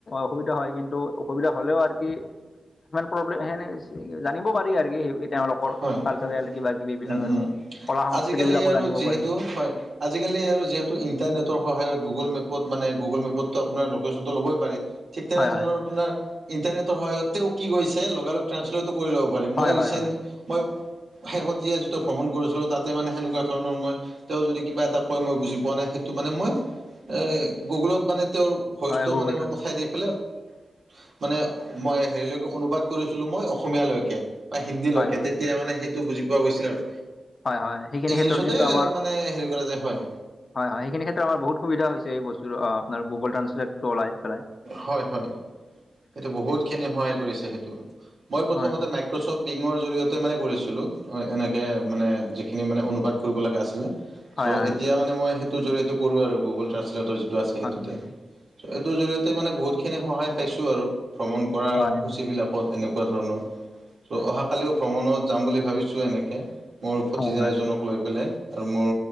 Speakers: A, on the left (about 55°); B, on the right (about 70°).
A: অসুবিধা হয়, কিন্তু অসুবিধা হ'লেও আৰু কি ইমান প্ৰব্লেম সেনে জানিব পাৰি আৰু কি তেওঁলোকৰ।
B: হয়,
A: কালচাৰেল কিবা কিবি বিলাক
B: উম,
A: আৰু
B: উম,
A: কলা সংস্কৃতি
B: আজিকালি
A: বিলাকো
B: আৰু
A: জানিব
B: যিহেতু
A: পাৰি
B: হয়। আজিকালি আৰু যিহেতু ইণ্টাৰনেটৰ সহায়ত গুগল মেপত মানে গুগল মেপত আপোনাৰ লোকেশ্বনটো ল'বই পাৰি, ঠিক তেনেধৰণৰ
A: হয় হয়
B: আপোনাৰ ইণ্টাৰনেটৰ সহায়তেও কি কৈছে লগে লগ ট্ৰানঞ্চলেটো কৰি ল'ব পাৰি।
A: হয়
B: মই
A: হয়
B: ৰিচেণ্ট
A: হয়
B: মই শেহতীয়া যিটো ভ্ৰমণ কৰিছিলোঁ তাতে মানে সেনেকুৱা ধৰণৰ মই তেওঁ যদি কিবা এটা কয় মই বুজি পোৱা নাই সেইটো মানে মই এ গুগলত মানে তেওঁৰ ভইচটো
A: হয় গুগল
B: মানে মই
A: ট্ৰান্সলেট
B: পঠাই দি পেলাই মানে মই হেৰিলৈকে অনুবাদ কৰিছিলো মই অসমীয়া লৈকে বা হিন্দী লৈকে
A: হয় হয়
B: তেতিয়া মানে সেইটো বুজি পোৱা গৈছিল আৰু।
A: হয় হয় সেইখিনি
B: ইংলিছতে
A: ক্ষেত্ৰত কিন্তু আমাৰ
B: মানে হেৰি কৰা যায় হয়।
A: হয়, হয়, সেইখিনি ক্ষেত্ৰ আমাৰ বহুত সুবিধা এই বস্তু অ' আপোনাৰ গুগল ট্ৰাচলেটতো ওলাই। পেলাই
B: হয়, হয়, সেইটো বহুতখিনি সহায় কৰিছে সেইটো। মই প্ৰথমতে
A: হয়
B: <unintelligible> জৰিয়তে মানে কৰিছিলো হয় এনেকে মানে যি খিনি মানে অনুবাদ কৰিবলগা আছিলে,
A: হয়
B: চ'
A: হয়
B: এতিয়া মানে মই সেই টো জৰিয়তে কৰো আৰু গুগল ট্ৰাচলেটৰ যিটো আছে সেইটোতে।
A: হয় হয়
B: সেইটো জৰিয় তে মানে বহুতখিনি সহায় পাইছো আৰু ভ্ৰমণ কৰাৰ
A: হয়
B: সূচীবিলাকত এনেকুৱা ধৰণৰ। চ' অহাকালিও ভ্ৰমণত যাম বুলি ভাবিছোঁ এনেকে। মোৰ ভতিজা
A: হয় হয় হয় হয়
B: এজনক লৈ পেলাই আৰু মোৰ